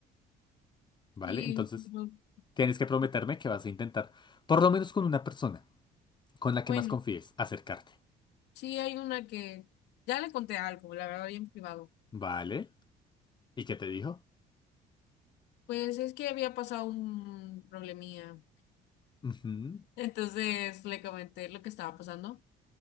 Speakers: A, on the left; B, on the left.
A: ¿vale?
B: Y
A: Entonces,
B: no,
A: tienes que prometerme
B: no,
A: que vas a intentar, por lo menos con una persona, con la que
B: bueno,
A: más confíes, acercarte,
B: sí hay una que ya le conté algo, la verdad, bien privado.
A: ¿vale? ¿Y qué te dijo?
B: Pues es que había pasado un problemía.
A: Ujú.
B: Entonces le comenté lo que estaba pasando